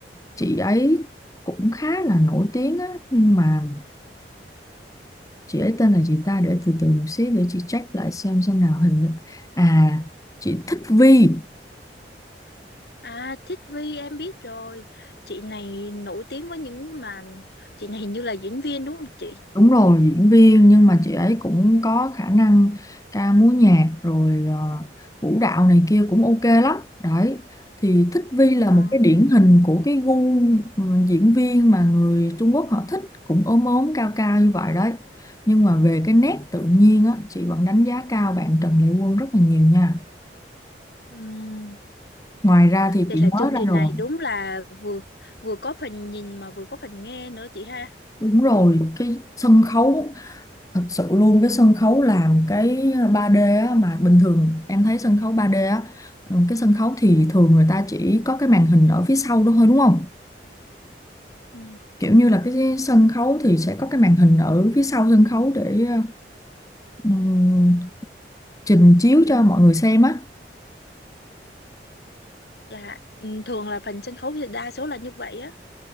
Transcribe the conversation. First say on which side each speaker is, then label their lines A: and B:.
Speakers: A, on the left; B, on the left.
A: chị ấy cũng khá là nổi tiếng á nhưng mà chị ấy tên là gì ta để từ từ một xí để chị check lại xem xem nào hình như à chị thích Vi
B: À, Thích vi em biết rồi. Chị này nổi tiếng với những mà chị này hình như là diễn viên đúng không chị?
A: Đúng rồi, diễn viên nhưng mà chị ấy cũng có khả năng ca múa nhạc rồi ờ, vũ đạo này kia cũng ok lắm. Đấy, thì Thích Vi
B: Ờ,
A: là một cái điển hình của cái gu ừ, diễn viên mà người Trung Quốc họ thích cũng ốm ốm cao cao như vậy đấy. Nhưng mà về cái nét tự nhiên á, chị vẫn đánh giá cao bạn Trần Lệ Quân rất là nhiều nha.
B: ừm.
A: Ngoài ra thì
B: Vậy
A: chị nói
B: là chương
A: ra
B: trình
A: rồi,
B: này đúng là vừa vừa có phần nhìn mà vừa có phần nghe nữa chị ha.
A: đúng rồi, cái sân khấu thật sự luôn cái sân khấu làm cái 3D á, mà bình thường em thấy sân khấu 3D á ừ, cái sân khấu thì thường người ta chỉ có cái màn hình ở phía sau đó thôi đúng không
B: Ừ.
A: kiểu như là cái sân khấu thì sẽ có cái màn hình ở phía sau sân khấu để ờ, ừm, trình chiếu cho mọi người xem á
B: Dạ, ừ, thường là phần sân khấu thì đa số là như vậy á.